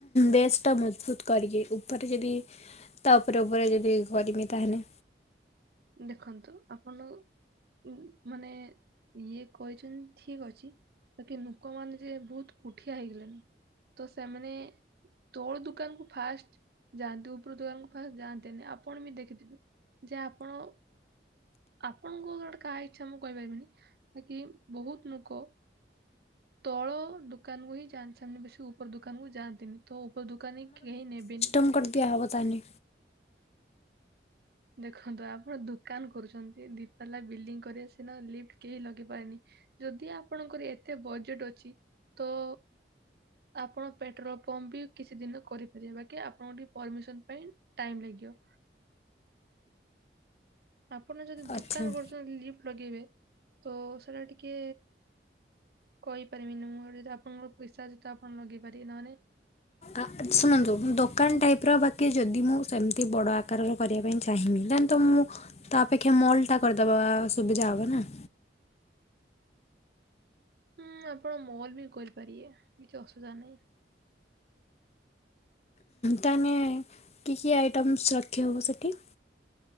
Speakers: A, on the left; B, on the right.
A: ବେସ୍ ଟା ମଜବୁତ କରିକି ଉପରେ ଯଦି ତା ଉପରେ ଉପରେ ଯଦି କରିମି ତାହେଲେ
B: ଦେଖନ୍ତୁ ଆପଣ ଉ ମାନେ ଇଏ କହିଚନ୍ତି ଠିକ ଅଛି। ବାକି ଲୁକମାନେ ଯେ ବହୁତ କୁଠିଆ ହେଇଗଲେଣି ତ ସେମାନେ ତଳ ଦୂକାନକୁ ଫାଷ୍ଟ ଯାଆନ୍ତି ଉପରୁ ଦୁଆରୁଙ୍କୁ ଫାଷ୍ଟ ଯାଆନ୍ତିନି ଆପଣ ବି ଦେଖିଥିବେ ଯେ ଆପଣ ଆପଣଙ୍କ ଗୋଟେ କାହା ଇଚ୍ଛା ମୁଁ କହିପାରିବିନି ବାକି ବହୁତ ନୋକ ତଳ ଦୋକାନକୁ ହିଁ ଯାଆନ୍ତି ସେମିତି ବେଶୀ ଉପର ଦୋକାନ କୁ ଯାଆନ୍ତିନି। ତ ଉପର ଦୋକାନରେ କେହି ନେବେନି।
A: <unintelligible> ଦିଆ ହେବ ତାହେଲେ।
B: ଦେଖନ୍ତୁ ଆପଣ ଦୋକାନ କରୁଛନ୍ତି ଦିିତଲା ବିଲ୍ଡିଂ କରିବ ସିନା ଲିଫ୍ଟ କିଏ ଲଗେଇ ପାରେନି। ଯଦି ଆପଣଙ୍କର ଏତେ ବଜେଟ ଅଛି ତ ଆପଣ ପେଟ୍ରୋଲ ପମ୍ପ ବି କିଛି ଦିନ କରିପାରିବେ ବାକି ଆପଣଙ୍କୁ ଟିକେ ପରମିସନ ପାଇଁ ଟାଇମ୍ ଲାଗିବ। ଆପଣ ଯଦି
A: ଆଚ୍ଛା।
B: ଦୋକାନ କରଚନ୍ତି ଲିଫ୍ଟ ଲଗେଇବେ ତ ସେଟା ଟିକେ କହିପାରିବିନି ମୁଁ ଯଦି ଆପଣଙ୍କର ପଇସା ଅଛି ତ ଆପଣ ଲଗେଇ ପାରିବେ ନହଲେ
A: ଆ ଶୁଣନ୍ତୁ ଦୋକାନ ଟାଇପ ର ବା କି ଯଦି ମୁଁ ସେମିତି ବଡ଼ ଆକାରର କରିବା ପାଇଁ ଚାହିଁବି ତାନ୍ ତ ମୁଁ ତା ଅପେକ୍ଷ୍ୟା ମଲଟା କରଦେବା ସୁବିଧା ହେବ ନା।
B: ହୁଁ ଆପଣ ମଲ୍ ବି କରିପାରିବେ କିଛି ଅସୁବିଧା ନାହିଁ।
A: ତାହେନେ କି କି ଆଇଟମ୍ସ୍ ରକ୍ଷି ହେବ ସେଇଠି?